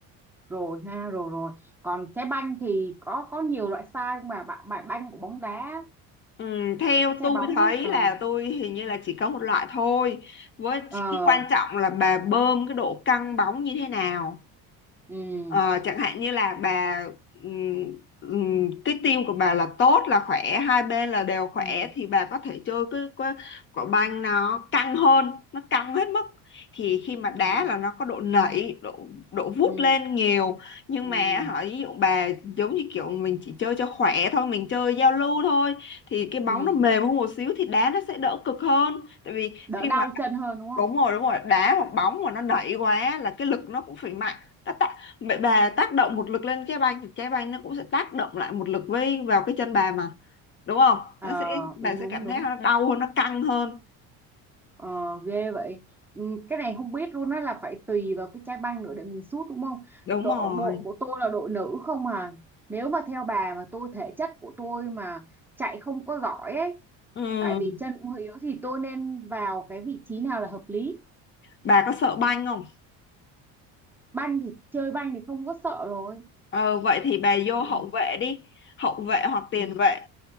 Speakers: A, in the centre; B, on the left (about 30°).
A: rồi ha rồi rồi. Còn trái banh thì có có nhiều loại size mà bài bài banh của bóng đá,
B: Ừ, theo
A: cái trái
B: tôi
A: bóng
B: thấy
A: ấy. Ờ
B: là tôi hình như là chỉ có một loại thôi với
A: ờ
B: cái quan trọng là bà bơm cái độ căng bóng như thế nào
A: ừ
B: Ờ, chẳng hạn như là bà ừm, ừm, cái tim của bà là tốt là khỏe hai bên là đều khỏe
A: ừ
B: thì bà có thể chơi cái, cái quả banh nó căng hơn nó căng hết mức thì khi mà đá
A: ừ
B: là nó có độ nảy độ độ vút
A: ừ
B: lên nhiều nhưng
A: ừ
B: mà hỏi ví dụ bà giống như kiểu mình chỉ chơi cho khỏe thôi mình chơi giao lưu thôi thì cái bóng
A: ừ.
B: nó mềm hơn một xíu thì đá nó sẽ đỡ cực hơn tại vì
A: Đỡ
B: khi
A: đau
B: mà
A: chân hơn đúng không?
B: đúng rồi đúng rồi đá hoặc bóng mà nó nảy quá là cái lực nó cũng phải mạnh nó tác, mẹ bà tác động một lực lên trái banh thì trái banh nó cũng sẽ tác động lại một lực với vào cái chân bà mà đúng không
A: Ờ
B: nó sẽ bà
A: đúng
B: sẽ
A: đúng
B: cảm
A: đúng.
B: thấy nó đau hơn nó căng hơn
A: Ờ, ghê vậy. Ừ, cái này không biết luôn á là phải tùy vào cái chai banh nữa để mình sút đúng không?
B: đúng
A: Độ
B: rồi
A: độ của tôi là độ nữ không à. Nếu mà theo bà mà tôi thể chất của tôi mà chạy không có giỏi ấy,
B: ừ.
A: tại vì chân cũng hơi yếu thì tôi nên vào cái vị trí nào là hợp lý?
B: bà có sợ banh không
A: Banh thì chơi banh thì không có sợ rồi.
B: Ờ, vậy thì bà vô
A: Ừ,
B: hậu vệ đi hậu vệ hoặc tiền
A: ừ,
B: vệ